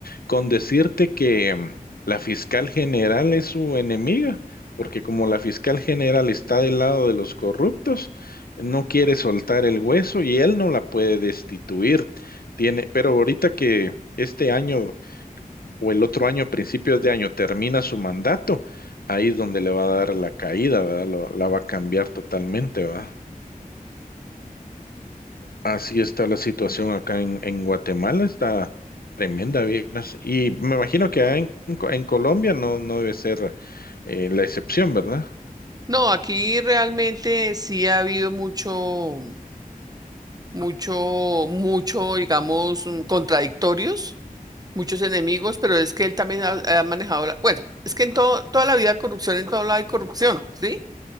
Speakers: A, on the left (about 80°); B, on the right (about 25°).
A: Con decirte que mm, la fiscal general es su enemiga, porque como la fiscal general está del lado de los corruptos, no quiere soltar el hueso y él no la puede destituir. Tiene, pero ahorita que este año o el otro año, principios de año, termina su mandato, ahí es donde le va a dar la caída, ¿verdad? Lo- la va a cambiar totalmente, ¿verdad? Así está la situación acá en, en Guatemala, está tremenda, vieras. Y me imagino que allá en, en Colombia no, no debe ser eh, la excepción, ¿verdad?
B: No, aquí realmente sí ha habido mucho, mucho, mucho, digamos, mm, contradictorios, muchos enemigos, pero es que él también ha, ha manejado, la- bueno, es que en todo, toda la vida hay corrupción, en todo lado hay corrupción, ¿sí?